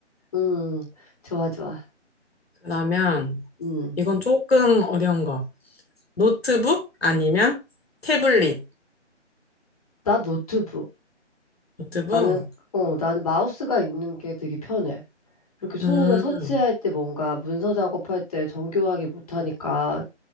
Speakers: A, on the left; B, on the left.
A: 음, 좋아, 좋아.
B: 그러면
A: 음,
B: 이건 조금 어려운 거. 노트북 아니면 태블릿.
A: 나 노트북.
B: 노트북?
A: 나는, 어, 나는 마우스가 있는 게 되게 편해. 이렇게 손으로
B: 음,
A: 터치할 때 뭔가 문서 작업할 때 정교하게 못하니까,